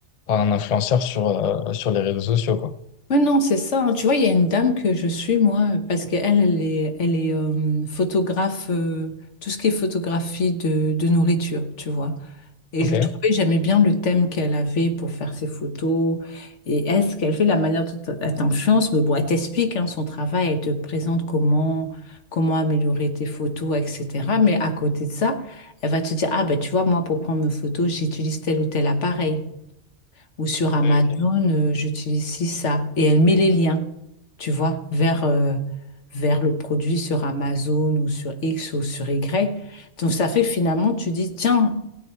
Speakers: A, on the left; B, on the left.
A: par un influenceur sur, euh, sur les réseaux sociaux, quoi.
B: Ouais, non, c'est ça. hein. Tu vois, il y a une dame que je suis, moi, parce qu'elle, elle est, elle est euh, photographe, euh, tout ce qui est photographie de, de nourriture, tu vois. Et
A: Ok.
B: je trouvais, j'aimais bien le thème qu'elle avait pour faire ses photos. Et est-ce qu'elle fait de la manière dont elle t'influence? Mais bon, elle t'explique hein, son travail, elle te présente comment, comment améliorer tes photos, etc. Mais à côté de ça, elle va te dire, ah ben tu vois, moi, pour prendre mes photos, j'utilise tel ou tel appareil. Ou sur Amazon,
A: Oui, ok.
B: euh, j'utilise ci, ça. Et elle met les liens, tu vois, vers, euh, vers le produit sur Amazon ou sur X ou sur Y. Donc ça fait que finalement, tu dis, tiens,